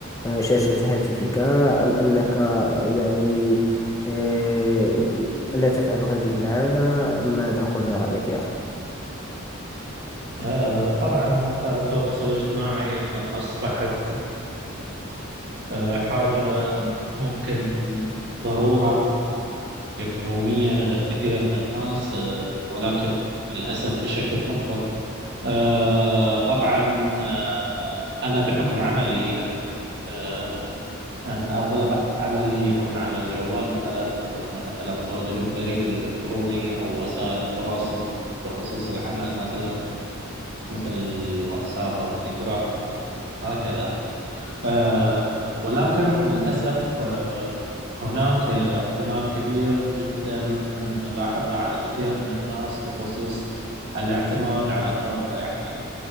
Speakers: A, on the left; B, on the right.
A: آه، شاشة هاتفك أم أنك يعني آه، لا تفعل هذه العادة ماذا قل لي رأيك يا
B: آه، طبعا وسائل التواصل الاجتماعي أصبحت آه، حاجة ممكن ضرورة يومية لدى الكثير من الناس آه، ولكن للأسف بشكل مفرط آه، طبعا آه، أنا بحكم عملي أن آه، أن أغلب عملي يكون على الجوال مثلا بحكم مثلا تواجد البريد الإلكتروني أو وسائل التواصل بخصوص العمل مثلا مثل الواتساب أو تليجرام هكذا آه، ولكن للأسف آه، هناك آه، اعتماد كبير جدا نلاحظه على كثير من الناس بخصوص الاعتماد على تو- يعني